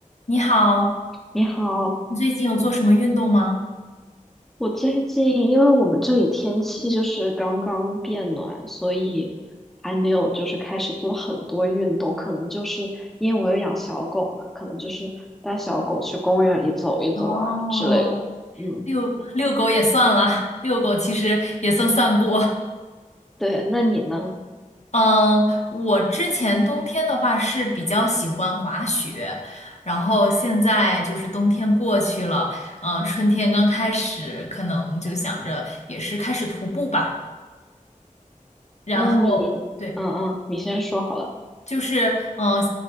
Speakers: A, on the left; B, in the centre.
A: 你好，
B: 你好，
A: 你最近有做什么运动吗？
B: 我最近因为我们这里天气就是刚刚变暖，所以还没有就是开始做很多运动，可能就是因为我有养小狗嘛，可能就是带小狗去公园里走一走啊之类的。
A: 哦，
B: 嗯，
A: 遛遛狗也算啦，遛狗其实也算散步。
B: 对，那你呢？
A: 嗯，我之前冬天的话是比较喜欢滑雪，然后现在就是冬天过去了，嗯，春天刚开始，可能就想着也是开始徒步吧。然后，
B: 那你，
A: 对，
B: 嗯嗯，你先说好了。
A: 就是嗯、呃